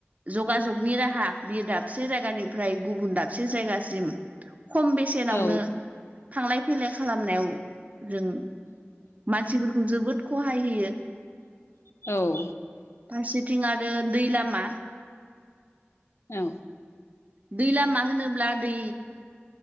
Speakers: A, on the right; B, on the left.
A: जगाजगनि राहा बियो दाबसे जायगानि फ्राय गुबुन दाबसे जायगासिम खम बेसेनावनो
B: औ
A: थांलाय फैलाय खालामनायाव जों मानसिफोरखौ जोबोद खहाय होयो।
B: औ
A: फारसेथिं आरो दै लामा
B: औ
A: दै लामा होनोब्ला दै